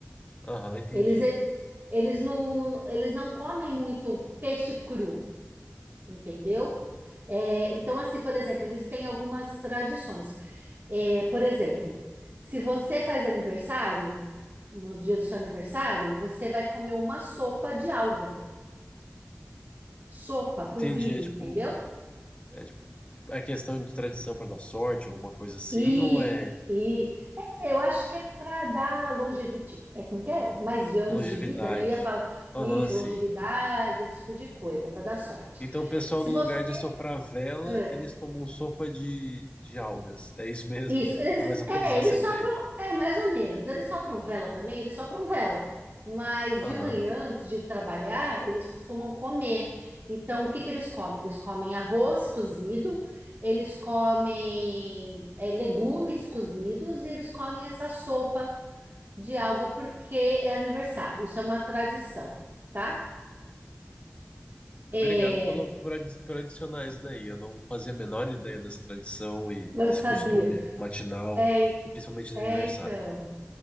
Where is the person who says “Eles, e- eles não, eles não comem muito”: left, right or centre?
Right